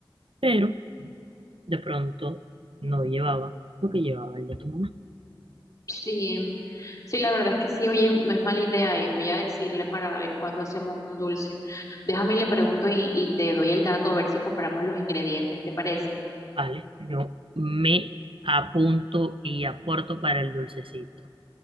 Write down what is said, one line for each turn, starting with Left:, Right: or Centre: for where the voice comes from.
Right: pero de pronto no llevaba lo que llevaba el de tu mamá.
Left: Sí, sí, la verdad es que sí, oye, no es mala idea, eh, Voy a decirle para ver cuándo hacemos un dulce. Déjame y le pregunto y, y te doy el dato a ver si compramos los ingredientes, ¿te parece?
Right: Vale, yo me apunto y aporto para el dulcecito.